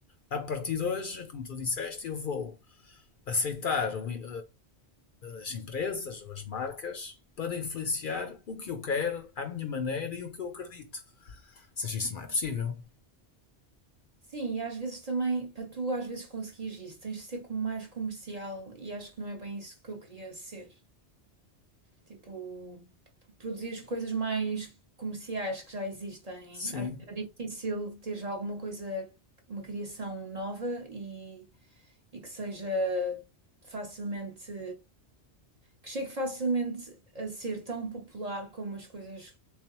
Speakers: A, on the left; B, on the right.
A: a partir de hoje, como tu disseste, eu vou aceitar o- eh, as empresas ou as marcas para influenciar o que eu quero, à minha maneira e o que eu acredito. Ou seja, isso não é possível.
B: Sim, e às vezes também, para tu às vezes conseguires isso, tens de ser como mais comercial e acho que não é bem isso que eu queria ser. Tipo, produzir coisas mais comerciais que já existem.
A: Sim,
B: Às vezes é difícil ter já alguma coisa, uma criação nova e, e que seja facilmente, que chegue facilmente a ser tão popular como as coisas